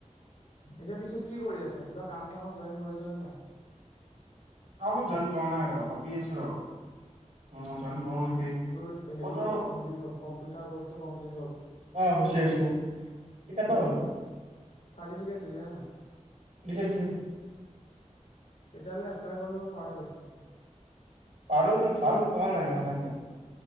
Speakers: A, on the left; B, on the right.
A: এতিয়া পিছে কি কৰি আছ কিবা কাম চামত জইন কৰিছ নে নাই?
B: কব জান কৰা নাই ৰ ভাবি আছো ৰ? উম জইন
A: অ
B: কৰো নেকি
A: তেওঁৰ হেৰি
B: কত
A: কমপ্লিট হল কম চুইাৰৰ্টো কম্লট হ'ল?
B: আহ হয়চে হয়চে সতিয়া ক বটো <inaudible>
A: চাৰ্টিফিকেট দিলেনে নাই?
B: দিছে দিছে
A: তেতিয়াহ'লে এপ্লাই কৰিব পাৰ দেখোন।
B: পাৰতো ভাল পোৱা নাই আৰু এনেক